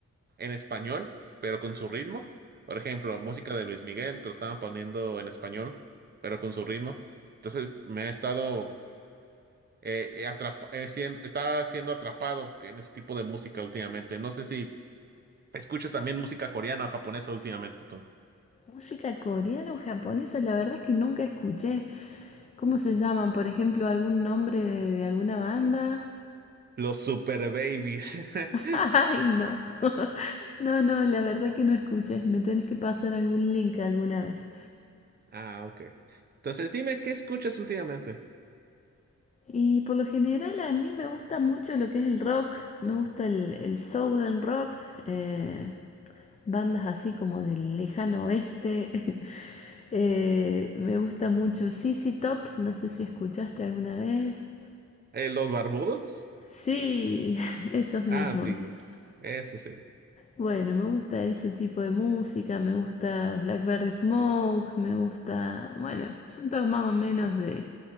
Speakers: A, on the right (about 35°); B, on the left (about 25°).
A: en español, pero con su ritmo. Por ejemplo, música de Luis Miguel, que lo estaban poniendo en español, pero con su ritmo. Entonces me he estado eh, eh, atrapa- eh, siendo, estaba siendo atrapado en ese tipo de música últimamente. No sé si Escuchas también música coreana o japonesa últimamente tú.
B: Música coreana o japonesa, la verdad es que nunca escuché. ¿Cómo se llaman? Por ejemplo, algún nombre de, de alguna banda.
A: Los Super Babies.
B: <laughs>
A: <laughs>
B: Ay, no. <laughs> No, no, la verdad que no escuché. Me tenés que pasar algún link alguna vez.
A: Ah, ok. Entonces dime, ¿qué escuchas últimamente?
B: Y por lo general a mí me gusta mucho lo que es el rock. Me gusta el, el southern rock. eh, bandas así como del lejano oeste. <laughs> Eh, me gusta mucho ZZ Top, no sé si escuchaste alguna vez.
A: Eh, ¿los barbudos?
B: Sí, <laughs> esos mismos.
A: Ah, sí. Eso sí.
B: Bueno, me gusta ese tipo de música, me gusta Blackberry Smoke, me gusta, bueno, son todos más o menos de,